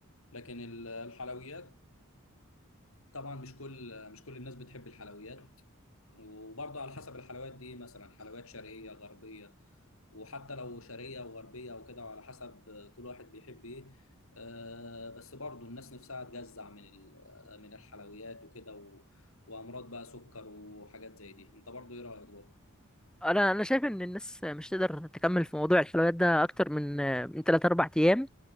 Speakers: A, on the left; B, in the centre.
A: لكن ال- الحلويات طبعا مش كل مش كل الناس بتحب الحلويات وبرضه على حسب الحلويات دي مثلا حلويات شرقيه غربيه وحتى لو شرقية وغربية وكده وعلى حسب كل واحد بيحب ايه آه، بس برضو الناس نفسها تجزع من ال- من الحلويات وكده و- وامراض بقى سكر وحاجات زي دي انت برضو ايه رأيك برضو
B: انا انا شايف ان الناس مش تقدر تكمل في موضوع الحلويات ده اكتر من آه، من 3 4 ايام